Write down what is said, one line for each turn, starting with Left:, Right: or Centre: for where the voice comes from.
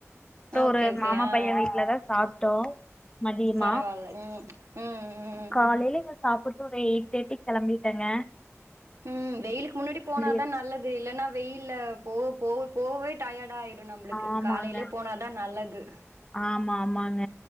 Left: அப்றோ
Right: ஆ ஓகே
Left: ஒரு
Right: ஓகே
Left: மாமா
Right: ஆ
Left: பைய வீட்லதா சாப்டோ மதியமா
Right: பரவால்ல ம் ம் ம்
Left: காலையில இங்க சாப்புட் டு ஒரு எயிட் தேர்ட்டி கெளம்பிட்டங்க
Right: ம் வெயிலுக்கு முன்னாடி போனாதா
Left: எடுத்து
Right: நல்லது இல்லைன்னா வெயில்ல போ போவு போவவே டயடாயிடு நம்பளுக்கு
Left: ஆமாங்க
Right: காலையிலே போனாதா நல்லது
Left: ஆமா ஆமாங்க